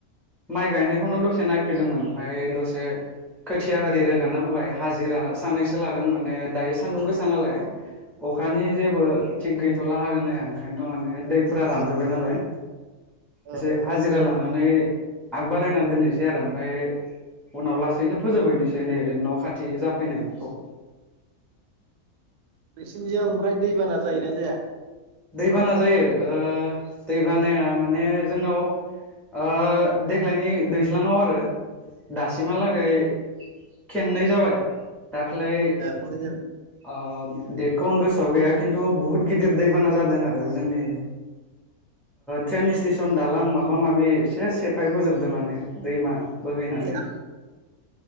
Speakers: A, in the centre; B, on the right.
A: माइ गायनायखौनो दसे नायफैदोंमोन ओमफ्राय दसे खोथिया आरि रोगाना होबाय हाजिरा सानैसो लादों
B: अ
A: माने दायो सानदुं गोसा नालाय
B: अ
A: अखानि जेबो थि गैथला हागोन हाया ओंखायनोथ' माने दैफोरा रानजोबबाय
B: अ
A: नालाय
B: अ
A: एसे
B: अ
A: हाजिरा लानानै आग बारायना दोननोसै आरो ओमफ्राय उनाव लासैनो फोजोबहैनोसै नैबे न' खाथि जाफैनायनिखौ
B: नसिनिजोंयाव ओमफ्राय दैबाना जायोना जाया?
A: दैबाना जायो ओ दैबानाया
B: जायो।
A: माने जोंनाव ओ देग्लायनि दैज्लाङाव आरो दासिमहालागै
B: ओ
A: खेननै जाबाय दाख्लै
B: खननै
A: ओ डेटखौ
B: जाबाय
A: आं गोसोयाव गैया खिनथु बुहुत गिदिर दैबाना जादों आरो जोंनि ट्रेन सि स्टेसन दालां माबा माबि एसे सेफ फाय बोजोबदों माने दैमा बोहैनानै
B: गैया